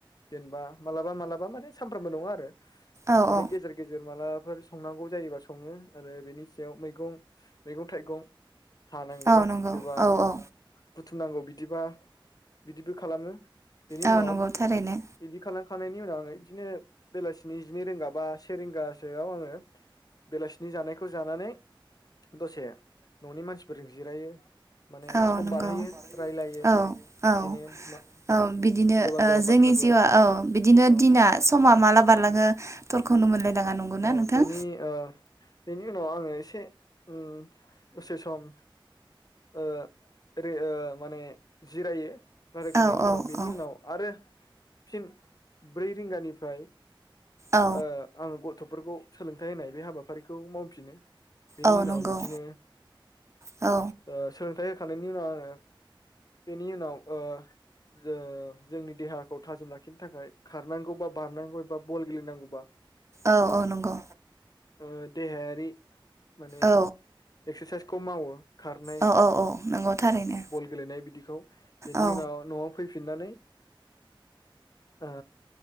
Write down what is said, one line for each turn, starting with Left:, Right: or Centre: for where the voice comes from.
Left: जेनेबा मालाबा मालाबा माने सामफ्रामबो नङा आरो।
Right: औ
Left: बिदिनो
Right: औ
Left: गेजेर गेजेर माला फोर संनांगौ जायोबा सङो आरो बेनि सायाव मैगं मैगं थाइगं हानांगौ
Right: औ नंगौ
Left: एबा
Right: औ औ
Left: थुमनांगौ बिदिबा। बिदिबो खालामो। बेनि
Right: औ
Left: उनाव
Right: नंगौ थारैनो
Left: बिदि खालामखांनायनि उनाव <unintelligible> बिदिनो बेलासिनि जिनै रिंगा बा से रिंगासोआव आङो बेलासिनि जानायखौ जानानै दसे न'नि मानसिफोरजों जिरायो। माने
Right: औ
Left: सम
Right: नंगौ
Left: बारहोयो रायलायो।
Right: औ औ
Left: बिदिनो मा
Right: औ बिदिनो
Left: गोबां
Right: ओ
Left: गोबां
Right: जोंनि
Left: बाथ्राफोर
Right: जिउआ औ बिदिनो
Left: औ
Right: दिना समा माला बारलाङो <unintelligible>
Left: औ
Right: नोंथां
Left: बेनि ओ बेनि उनाव आङो एसे उम दसे सम ओ ओरै माने जिरायो रायलायखांनायनि
Right: औ औ
Left: उनाव बेनि
Right: औ
Left: उनाव आरो फिन ब्रै रिंगानिफ्राय
Right: औ
Left: ओ आं गथ' फोरखौ सोलोंथाइ होनाय बे हाबाफारिखौ मावफिनो। बेनि
Right: औ
Left: उनाव
Right: नंगौ
Left: बिदिनो
Right: औ
Left: ओ सोलोंथाइ होखांनायनि उनाव आङो बेनि उनाव ओ जोङो जोंनि देहाखौ थाजिम लाखिनो थाखाय खारनांगौ बा बारनांगौ एबा बल गेलेनांगौ बा
Right: औ औ नंगौ।
Left: ओ देहायारि मोने
Right: औ
Left: एक्सारसाइस खौ मावो। खारनाय
Right: औ औ औ नंगौ थारैनो
Left: बल गेलेनाय बिदिखौ बेनि
Right: औ
Left: उनाव न'आव फैफिननानै ओ